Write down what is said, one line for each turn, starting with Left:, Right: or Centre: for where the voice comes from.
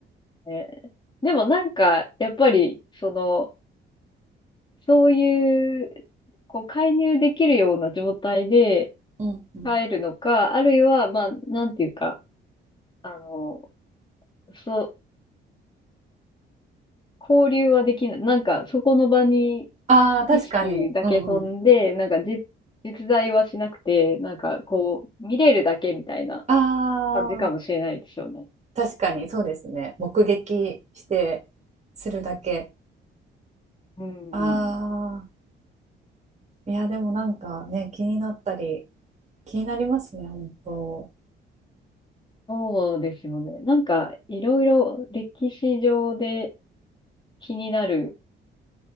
Left: ね。でもなんか、やっぱり、その、そういう、こう、介入できるような状態で
Right: うんうん、
Left: 帰るのか、あるいは、まあ、なんていうか、あの、そう、交流はできない。なんか、そこの場に
Right: ああ確かに。
Left: 意識だけ飛んで、
Right: うんうん、
Left: なんか実、実在はしなくて、なんか、こう、見れるだけみたいな
Right: ああ
Left: 感じかもしれないですよね。
Right: 確かにそうですね。目撃してするだけ。
Left: うん。
Right: ああいやでもなんかね気になったり気になりますね本当。
Left: そうですよね。なんか、いろいろ歴史上で気になる